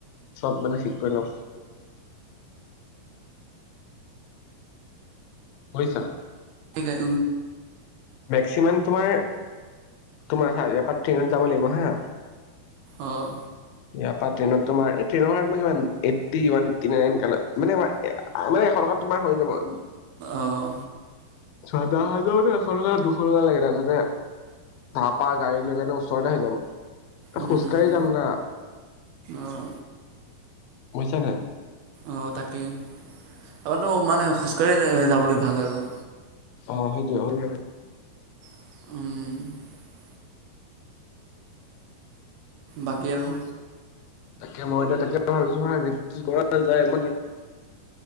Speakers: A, on the left (about 80°); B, on the right (about 75°).
A: চব মানে ঠিক কৰি লওঁ পৈছা
B: ে
A: মেক্সিমাম তোমাৰ তোমাৰ ইয়াৰপ ট্ৰেইনত যাব লাগিব হা
B: আহ
A: ইয়াৰ পৰা ট্ৰেইনত তোমাৰ এইটনৰম এইটৱ মানে ম এশ টকাত তোমাৰ হৈ যাব
B: অঁ
A: ছয় দ হাজাৰো এশ টকা দুশ টকা লাগে তাৰপিছতে তাৰ পৰাা গাড়ী লৈ কাৰণে ওচৰতে হৈ যাব
B: উম
A: খোজকাঢ়ি যাম ন
B: অঁ
A: বুজছা নে
B: অ তাকেই তপৰাো মানে খোজ কঢ়ি যাবলৈ ভাল আৰু
A: অ সেইটোোৱে
B: উম বাকী আৰুলু
A: তাকে মই এতিয়া তাকে ভাবিছো হয় কি কৰা যায় মই তে